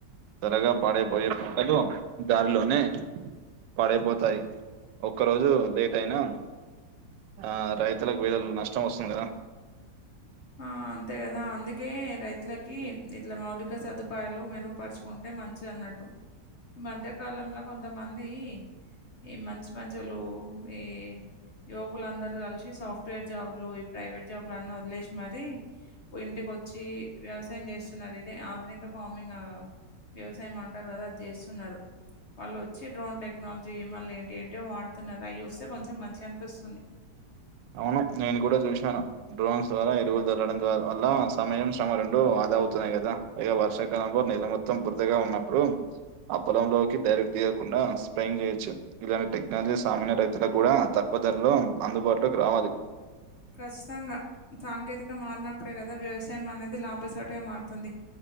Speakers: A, on the right (about 80°); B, on the left (about 50°).
A: త్వరగా పాడైపోయే పంటలు దారిలోనే పాడైపోతాయి ఒక్కరోజు లేటయినా ఆ రైతులకు వేలల్లో నష్టం వస్తుంది కదా
B: ఆ అంతే కదా అందుకే రైతులకి ఇట్లా మౌలిక సదుపాయాలు మెరుగుపరుచుకుంటే మంచిదన్నట్టు ఈ మధ్య కాలంలో కొంతమంది ఈ మంచి మంచోళ్ళు ఏ యువకులందరూ కలిసి సాఫ్ట్వేర్ జాబ్లు ఈ ప్రైవేట్ జాబ్లు అన్నీ వదిలేసి మరి ఇంటికొచ్చి వ్యవసాయం చేస్తున్నారు ఇదే ఆధునిక ఫార్మింగ్ వ్యవసాయం అంటారు కదా అది జెస్తున్నాడు. వాళ్ళు వచ్చి డ్రోన్ టెక్నాలజీ మళ్ళీ ఏంటి ఏంటో వాడుతున్నారు. అయి చూస్తే కొంచెం మంచిగా అనిపిస్తుంది.
A: అవును నేను కూడా చూశాను డ్రోన్స్ ద్వారా ఎరువులు తల్లడం ద్వారా అల్ల సమయం స్రమ రెండు అద అవుతున్నాయి కదా పై వర్షాకాలంలో నీళ్ళ మొత్తం బురదగా ఉన్నప్పుడు ఆ పొల లోకి డైరెక్ట్ లేకుండా స్పయి చేయచ్చు ఇలాంటి టెక్నాలజీ సామాన్య రైతులకు కూడా తక్కువ ధరలో అందుబాటులో గ్రామాది
B: ఖచ్చితంగా సాంకేతికత మారినప్పుడే కదా వ్యవసాయం అనేది లాభసటిగా మారుతుంది